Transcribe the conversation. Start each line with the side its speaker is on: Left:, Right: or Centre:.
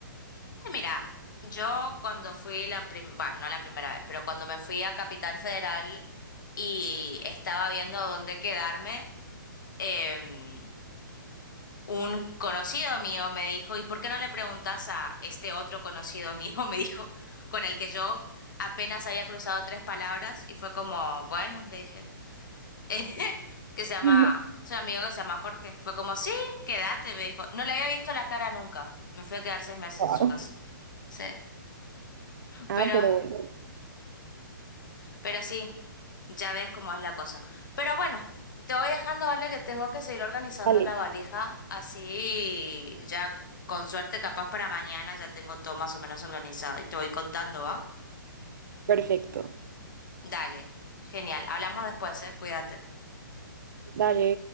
Left: Eh, Mira, yo cuando fui la primera, bueno, no la primera vez, pero cuando me fui a Capital Federal y estaba viendo dónde quedarme, em, un conocido mío me dijo, ¿y por qué no le preguntas a este otro conocido mío? <laughs> Me dijo, con el que yo apenas había cruzado tres palabras y fue como, bueno, le dije. <laughs> que se llama,
Right: <laughs>
Left: es un amigo que se llama Jorge. Fue como, sí, quédate, me dijo. No le había visto la cara nunca. Me fui a quedar seis meses
Right: Wow.
Left: en su casa. Sí.
Right: Ah,
Left: Pero,
Right: pero bueno,
Left: pero sí, ya ves cómo es la cosa. Pero bueno, te voy dejando, ¿vale? Que tengo que seguir organizando
Right: Vale.
Left: la valija. Así ya, con suerte, capaz para mañana ya tengo todo más o menos organizado. Y te voy contando, ¿va?
Right: perfecto.
Left: Dale. Genial. Hablamos después, ¿eh? Cuídate.
Right: Dale.